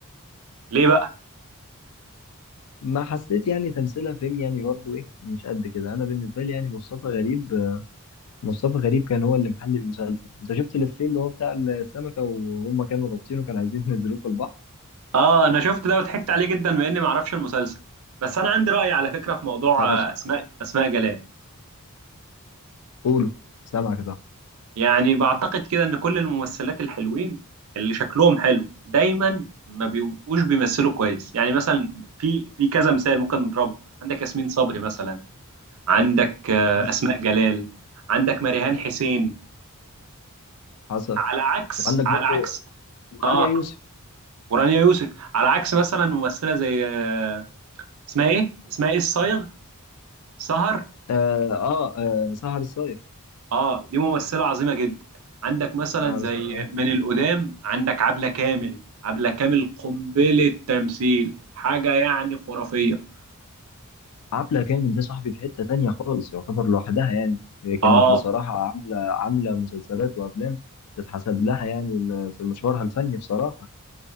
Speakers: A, on the right (about 65°); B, on the left (about 80°).
A: ليه بقى؟
B: ما حسيت يعني تمثيلها فيلم يعني برضه ايه مش قد كده انا بالنسبه لي يعني مصطفى غريب مصطفى غريب كان هو اللي محل المسلسل انت شفت الإفيه اللي هو بتاع السمكه وهم كانوا رابطينه كانوا عايزين ينزلوه في البحر
A: اه انا شفت ده وضحكت عليه جدا مع اني ما اعرفش المسلسل بس انا عندي راي على فكره في موضوع
B: انا بس-
A: آه، اسماء اسماء جلال
B: قولوا سامعك صح
A: يعني بعتقد كده ان كل الممثلات الحلوين اللي شكلهم حلو دايما ما بيبقوش بيمثلوا كويس يعني مثلا في في كذا مثال ممكن نضربه عندك ياسمين صبري مثلا عندك آه،
B: حصل
A: اسماء جلال عندك مريهان حسين
B: حصل
A: على عكس
B: وعندك
A: على
B: برضه
A: عكس اه
B: رانيا يوسف
A: ورانيا يوسف على عكس مثلا ممثله زي آه، اسمها ايه اسمها ايه الصايغ سهر
B: اه اه, آه سهر الصايغ
A: اه دي ممثلة عظيمة جدا عندك مثلا
B: سهر
A: زي
B: الصايغ اه
A: من القدام عندك عبلة كامل عبلة كامل قنبلة تمثيل حاجة يعني خرافية
B: عبلة كامل ده صاحبي في حته تانيه خالص يعتبر لوحدها يعني هي كانت
A: اه
B: بصراحه عامله عامله مسلسلات وافلام تتحسب لها يعني م- في مشوارها الفني بصراحه